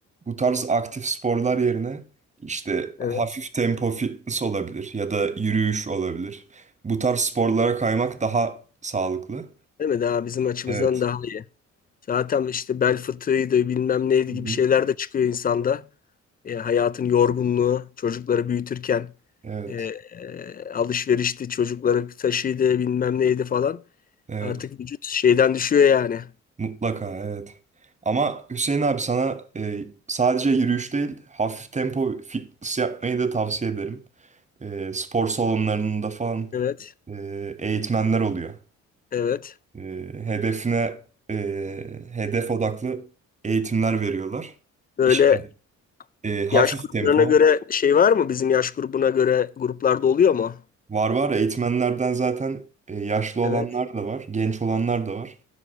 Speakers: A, on the right (about 25°); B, on the left (about 30°).
A: bu tarz aktif sporlar yerine işte
B: evet
A: hafif tempo fitness olabilir ya da yürüyüş olabilir. Bu tarz sporlara kaymak daha sağlıklı.
B: değil mi daha bizim açımızdan
A: Evet.
B: daha iyi. Zaten işte bel fıtığıydı bilmem neydi
A: Hı hı.
B: gibi şeyler de çıkıyor insanda. E, hayatın yorgunluğu çocukları büyütürken
A: Evet.
B: e, e, alışverişti çocukları taşıydı bilmem neydi falan.
A: Evet.
B: Artık vücut şeyden düşüyor yani.
A: Mutlaka evet. Ama Hüseyin abi sana e, sadece yürüyüş değil hafif tempo fitness yapmayı da tavsiye ederim. E, spor salonlarında falan
B: Evet
A: e, eğitmenler oluyor.
B: evet.
A: E, hedefine e, hedef odaklı eğitimler veriyorlar.
B: Böyle
A: İşte e, hafif
B: yaş gruplarına
A: tempo
B: göre şey var mı? Bizim yaş grubuna göre gruplarda oluyor mu?
A: var var eğitmenlerden zaten e, yaşlı olanlar
B: Evet.
A: da var, genç olanlar da var.